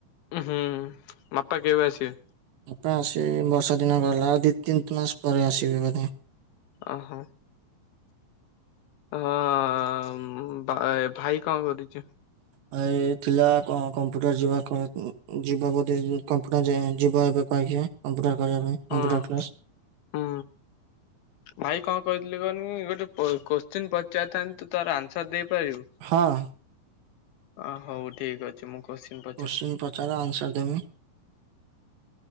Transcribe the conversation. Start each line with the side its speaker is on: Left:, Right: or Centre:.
Left: ଉଁ ହୁଁ ମାପା କେବେ ଆସିବେ?
Right: ବାପା ଆସିବେ ଏ ବର୍ଷା ଦିନ ଗଲା ଦି ତିନ୍ ତ୍ ମାସ୍ ପରେ ଆସିବେ ବୋଧେ।
Left: ଅହ। ହଁ ବାଏ ଭାଇ କଁ କରୁଚି?
Right: ଭାଇ ଥିଲା କଁ କମ୍ପ୍ୟୁଟର ଯିବ କ ଯିବ ବୋଧେ <unintelligible> କମ୍ପୁଟର୍ କରିଆ ପାଇଁ।
Left: ହଁ
Right: Computer class.
Left: ହୁଁ। ଭାଇ କଁ କହିଥିଲି କହନି ଗୋଟେ କୋ କୋଶ୍ଚିିନ୍ ପଚାରିଥାନ୍ତି ତୁ ତାର ଆନ୍ସର ଦେଇପାରିବୁ?
Right: ହଁ।
Left: ଅ ହଉ ଠିକ୍ ଅ ଚି ମୁଁ କୋଶ୍ଚିିନ୍ ପ
Right: କୋଶ୍ଚିନ୍ ପଚାର ଆନ୍ସର୍ ଦେମି।